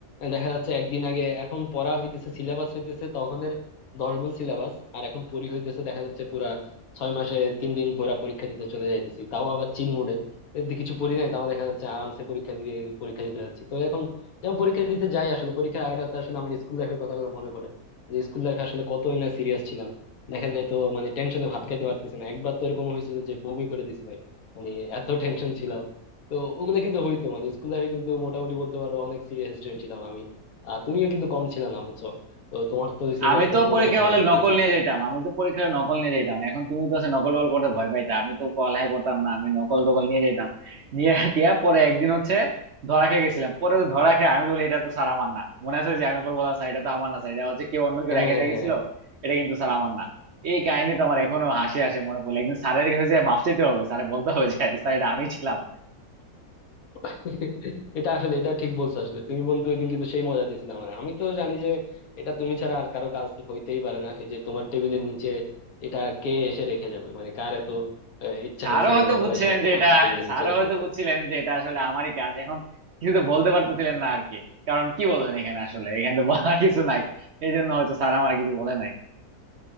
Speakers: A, on the left (about 70°); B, on the right (about 60°).
A: দেখা যাচ্ছে একদিন আগে এখন পড়া হইতেছে সিলেবাস হইতেছে তখনের দশ গুণ সিলেবাস আর এখন পড়ি হইতেছে দেখা যাচ্ছে পুরা ছয় মাসে তিন দিন পুরা পরীক্ষা দিতে চলে যাইতেছি তাও আবার চিল মুডে কিছু পড়ি নাই তাও দেখা যাচ্ছে আরামসে পরীক্ষা দিয়ে পরীক্ষা দিতে যাচ্ছি তো এখন যেমন পরীক্ষা দিতে যাই আসলে পরীক্ষার আগের রাতে আসলে আমার স্কুল লাইফের কথাগুলো মনে পড়ে যে স্কুল লাইফে আসলে কত সিরিয়াস ছিলাম দেখা যায় তো মানে টেনশনে ভাত খাইতে পারতেছি না একবার তো এরকম হয়েছিল যে বমি করে দিছি ভাই মানে এত টেনশন ছিলাম তো ওগুলো কিন্তু হইতো মানে স্কুল লাইফে কিন্তু মোটামুটি বলতে পারো অনেক সিরিয়াস স্টুডেন্ট ছিলাম আমি আর তুমিও কিন্তু কম ছিল না বুঝছো তো তোমার তো সিনিয়াসনেস
B: আমি তো
A: মনে
B: পরীক্ষা
A: হয় এখনো
B: হলে
A: আছে
B: নকল
A: নাকি
B: নিয়ে যেতাম আমি তো পরীক্ষা হলে নকল নিয়ে যেতাম এখন তুমি তো সে নকল টকল করতে ভয় পাইতা আমি তো পড়ালেখা করতাম না আমি নকল টকল নিয়ে যেতাম নিয়ে টিয়া পরে একদিন হচ্ছে ধরা খেয়ে গেছিলাম পরে তো ধরা খেয়ে আমি তো বলি এটা তো স্যার আমার না মনে আছে যে আমি পরে বললাম স্যার এটা তো আমার না স্যার এটা হচ্ছে কেউ অন্য কেউ
A: হ্যাঁ
B: রেখে
A: হ্যাঁ
B: দিয়ে গেছিল
A: হ্যাঁ
B: এটা কিন্তু স্যার আমার না এই কাহিনী তো আমার এখনো হাসি হাসি মনে পড়লে একদিন স্যারের কাছে যে মাফ চাইতে হবে স্যার বলতে হবে যে স্যার এটা আমি ছিলাম
A: <laughs> এটা আসলে এটা ঠিক বলছো আসলে তুমি বন্ধু ওইদিন কিন্তু সেই মজা দিয়েছিলে আমার আমি তো জানি যে এটা তুমি ছাড়া আর কারো কাজ হইতেই পারে না এই যে তোমার টেবিলের নিচে এটা কে এসে রেখে যাবে মানে কার এত আহ, ইচ্ছা
B: স্যারও
A: হয়েছে
B: হয়তো
A: যে নকল
B: বুঝছেন
A: এসে
B: যে
A: তোমার
B: এটা
A: টেবিলের
B: স্যারও
A: নিচে রেখে
B: হয়তো
A: যেতে
B: বুঝছিলেন যে এটা আসলে আমারই কাজ এখন কিছু তো বলতে পারতেছিলেন না আর কি কারণ কি বলবেন এখানে আসলে এখানে তো বলার কিছু নাই এই জন্য হয়তো স্যার আমার কিছু বলে নাই